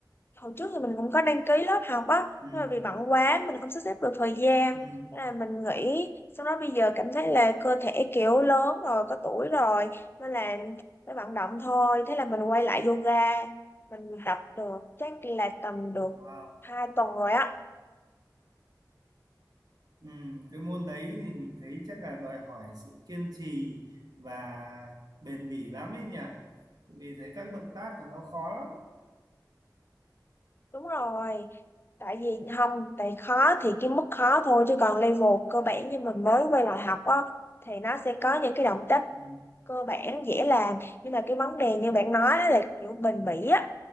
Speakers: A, on the left; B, on the right.
A: hồi trước thì mình cũng có đăng ký lớp học á
B: Ừ,
A: nhưng mà vì bận quá mình không sắp xếp được thời gian
B: ừ,
A: Thế là mình nghỉ xong đó bây giờ cảm thấy là cơ thể kiểu lớn rồi có tuổi rồi nên là phải vận động thôi thế là mình quay lại yoga mình tập được chắc là tầm được
B: à,
A: hai tuần rồi á
B: ừ. Cái môn đấy thì mình thấy chắc là đòi hỏi sự kiên trì và bền bỉ lắm ấy nhỉ? Vì thấy các động tác của nó khó lắm.
A: đúng rồi tại vì không tại khó thì cái mức khó thôi chứ còn level cơ bản như mình mới quay lại học á thì nó sẽ có những cái động tác
B: Ừ,
A: cơ bản dễ làm nhưng mà cái vấn đề như bạn nói đó là kiểu bền bỉ á